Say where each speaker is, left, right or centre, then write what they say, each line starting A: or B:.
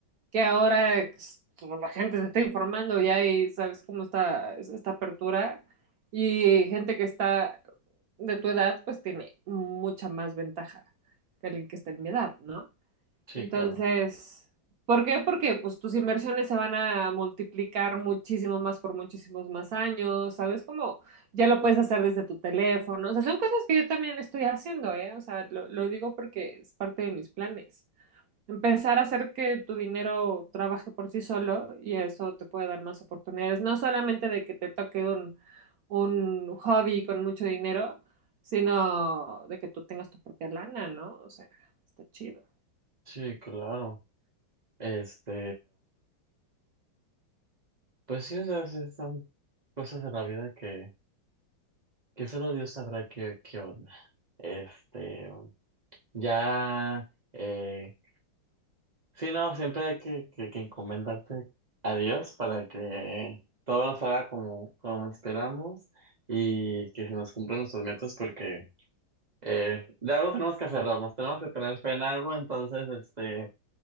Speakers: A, on the right; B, on the right.
A: que ahora ex- pues, la gente se está informando ya y hay, sabes cómo está es- esta apertura y gente que está de tu edad pues tiene mucha más ventaja que alguien que está en mi edad, ¿no?
B: Sí,
A: Entonces,
B: claro.
A: ¿por qué? Porque pues tus inversiones se van a multiplicar muchísimo más por muchísimos más años, ¿sabes? Como ya lo puedes hacer desde tu teléfono, o sea, son cosas que yo también estoy haciendo, ¿eh? O sea, lo, lo digo porque es parte de mis planes empezar a hacer que tu dinero trabaje por sí solo y eso te puede dar más oportunidades, no solamente de que te toque un, un hobby con mucho dinero, sino de que tú tengas tu propia lana, ¿no? O sea, está chido.
B: Sí, claro. Este, pues sí, o sea, sí son cosas de la vida que, que solo Dios sabrá qué, qué onda. Este, ya, eh, sí, no, siempre hay que, que, que encomendarte a Dios para que todo nos haga como, como esperamos y que se nos cumplan nuestros metas porque eh, de algo tenemos que aferrarnos, tenemos que tener fe en algo, entonces, este,